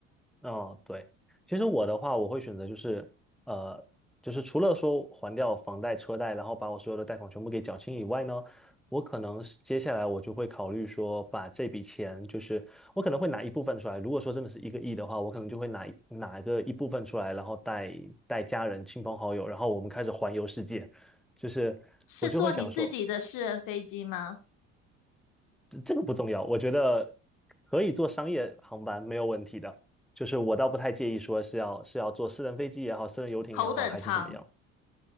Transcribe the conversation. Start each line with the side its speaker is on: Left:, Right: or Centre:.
Centre: 嗯，对，其实我的话，我会选择就是，呃，就是除了说还掉房贷、车贷，然后把我所有的贷款全部给缴清以外呢，我可能是接下来我就会考虑说，把这笔钱，就是我可能会拿一部分出来。如果说真的是一个亿的话，我可能就会拿一拿个一部分出来，然后带带家人、亲朋好友，然后我们开始环游世界。就是我就会想说。
Left: 是坐你自己的私人飞机吗？
Centre: 这个不重要，我觉得可以坐商业航班没有问题的。就是我倒不太介意说是要是要坐私人飞机也好，私人游艇也好，
Left: 头等舱，
Centre: 还是怎么样。